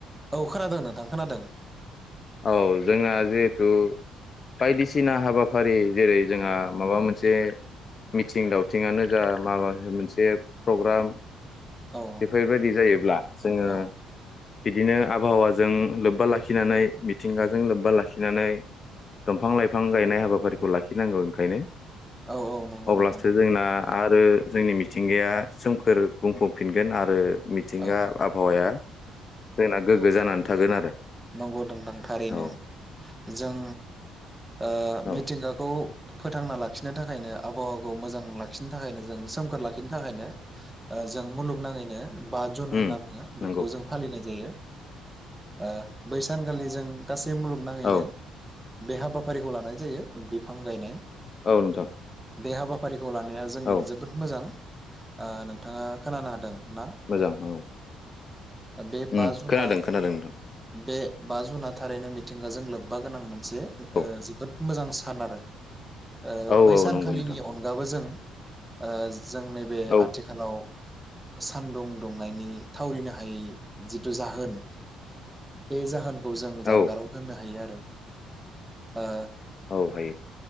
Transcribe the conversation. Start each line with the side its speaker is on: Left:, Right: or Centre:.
Centre: औ खोनादों नोंथां खोनादों।
Left: औ जोंना जिहेथु बायदिसिना हाबाफारि जेरै जोंहा माबा मोनसे मिथिं दावथिङानो जा माबा मोनसे प्रग्राम
Centre: औ
Left: बेफोरबायदि जायोब्ला जोङो
Centre: औ
Left: बिदिनो आबहावाजों लोब्बा लाखिनानै मिथिंगाजों लोब्बा लाखिनानै दंफां लाइफां गायनाय हाबाफारिखौ लाखिनांगौ ओंखायनो।
Centre: औ औ नंगौ
Left: अब्लासो
Centre: नोंथां।
Left: जोंना आरो जोंनि मिथिंगाया सोमखोर बुंफबफिनगोन आरो मिथिंगा
Centre: औ
Left: आबहावाया जोंना गोग्गो
Centre: औ
Left: जानानै थागोन आरो।
Centre: नंगौ <unintelligible> थारैनो
Left: औ
Centre: जों ओ
Left: औ
Centre: मिथिंगाखौ फोथांना लाखिनो थाखायनो आबहावाखौ मोजां लाखिनो थाखायनो जों सोमखोर लाखिनो थाखायनो ओ जों मुलुगनाङैनो बा झुन होनना
Left: उम
Centre: बुङो बेखौ
Left: नंगौ
Centre: जों फालिनाय जायो। ओ बैसानखालि जों गासै बे मुलुगनाङैनो
Left: औ
Centre: बे हाबाफारिखौ लानाय जायो बिफां गायनाय।
Left: औ नोंथां।
Centre: बे हाबाफारि खौ लानाया जोंनि
Left: औ
Centre: जोबोद मोजां। ओ नोंथाङा खोनानो हादों। ना?
Left: मोजां औ
Centre: ओ बे बा
Left: उम
Centre: जुना
Left: खोनादों खोनादों नोंथां
Centre: बे बा जुना थारैनो मिथिंगाजों लोब्बा गोनांमोन। मोनसे ओ
Left: औ
Centre: जिबोद मोजां सान आरो। ओ
Left: औ
Centre: बै
Left: औ
Centre: सानखालिनि
Left: नंगौ नोंथां
Centre: अनगाबो जों ओ जों नैबे
Left: औ
Centre: आथिखालाव सानदुं दुंनायनि थावरिनो हायै जिथु जाहोन बे जाहोन खौ जों
Left: औ
Centre: जानगाराव दोननो हायो आरो। ओ
Left: <unintelligible> हायो